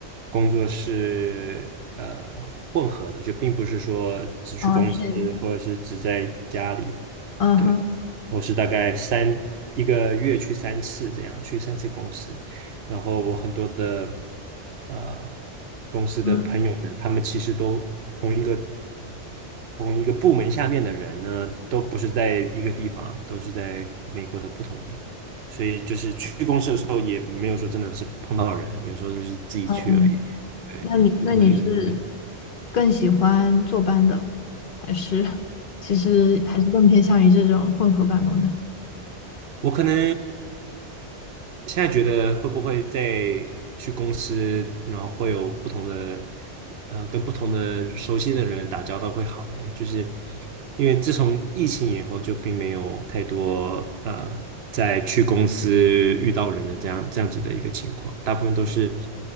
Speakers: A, on the right; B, on the left.
A: 工作是呃混合的，就并不是说只去公司或者是只在家里。
B: 哦，是，嗯哼，
A: 对。我是大概三一个月去三次这样，去三次公司。然后我很多的呃公司的朋友们，
B: 嗯，
A: 他们其实都同一个同一个部门下面的人呢，都不是在一个地方，都是在美国的不同地方。所以就是去公司的时候，也没有说真的是碰到人，有时候就是自己去而已。
B: 嗯，
A: 对，
B: 那你那你是
A: 就可能人。
B: 更喜欢坐班的，还是其实还是更偏向于这种混合办公的？
A: 我可能现在觉得会不会再去公司，然后会有不同的，呃，跟不同的熟悉的人打交道会好一点，就是因为自从疫情以后，就并没有太多呃在去公司遇到人的这样这样子的一个情况，大部分都是